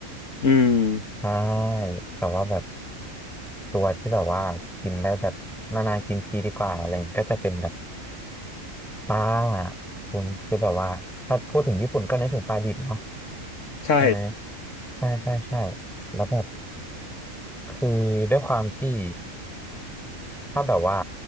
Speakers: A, on the left; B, in the centre.
A: อืม
B: ใช่แต่ว่าแบบตัวที่แบบว่ากินได้แบบนานๆกินทีดีกว่าอะไรอย่างงี้ก็จะเป็นแบบ ปลาคุณคือแบบว่าถ้าพูดถึงญี่ปุ่นก็นึกถึงปลาดิบเนาะ
A: ใช่
B: ใช่ไหมใช่ใช่ใช่แล้วแบบคือด้วยความที่ถ้าแบบว่า